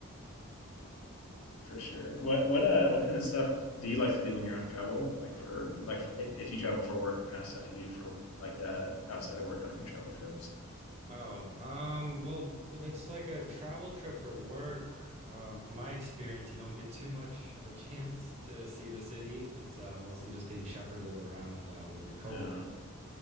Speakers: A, on the left; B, on the right.
A: for sure. What what uh what kind of stuff do you like to do when you're on travel? Like for like for i- if you travel for work, what kind of stuff you do for like uh outside of work on your travel trips?
B: Oh, um, well, if it's like a travel trip for work, um, from my experience, you don't get too much of a chance to see the city. It's uh mostly just being shepherded around uh with your coworkers.
A: Yeah.